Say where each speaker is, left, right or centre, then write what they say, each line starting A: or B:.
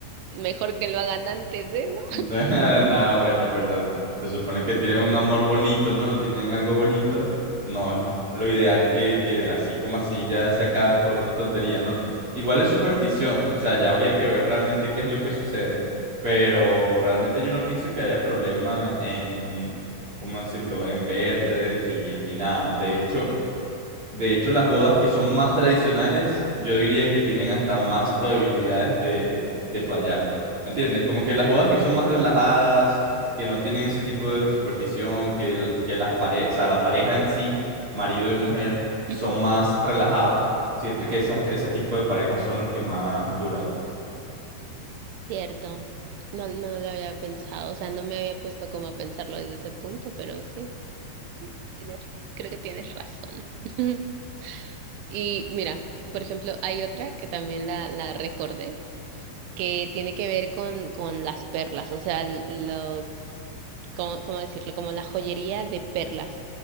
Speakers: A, on the right; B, on the right.
A: mejor que lo hagan antes de, ¿no?
B: <laughs> Nada bueno, pero se supone que tienen un amor bonito, ¿no? Tienen algo bonito. No es lo ideal que, que así como así ya se acabe por una tontería, ¿no? Igual es superstición, o sea, ya habría que ver realmente qué es lo que sucede. Pero realmente yo no pienso que haya problema en, ¿cómo decirlo?, en verles y ni nada. De hecho, de hecho, las bodas que son más tradicionales, yo diría que tienen hasta más probabilidades de, de fallar. ¿Me entiendes? Como que las bodas que son más relajadas, que no tienen ese tipo de superstición, que, el- que las pare- o sea, la pareja en sí, marido y mujer, son
A: Ujú.
B: más relajados. Siento que esa- ese tipo de parejas son los que más duran.
A: Cierto. No, no lo había pensado, o sea, no me había puesto como a pensarlo desde ese punto, pero sí, tienes- creo que tienes razón. <laughs> Y mira, por ejemplo, hay otra que también la, la recordé. que tiene que ver con, con las perlas, o sea, l- los, ¿cómo, cómo decirlo? Como la joyería de perlas,